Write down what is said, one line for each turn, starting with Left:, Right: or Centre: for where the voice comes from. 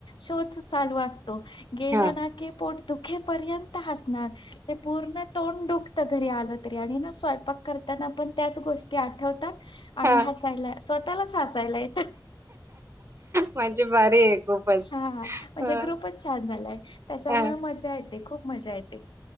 Left: शो चालू असत गेल
Right: हां,
Left: ना की मग दुःखेपर्यंत हस्ते पूर्ण तोंड दु घरी आलं तरी आणि ना स्वयंपाक करताना पण त्याच गोष्टी आठवतात आणि
Right: हां.
Left: हसायला स्वतःलाच हसायला येत
Right: म्हणजे भारी आहे खूपच.
Left: हा म्हणजे
Right: हां,
Left: ग्रुप पण छान झालाय त्याच्यामुळे
Right: हां.
Left: मजा येते खूप मजा येते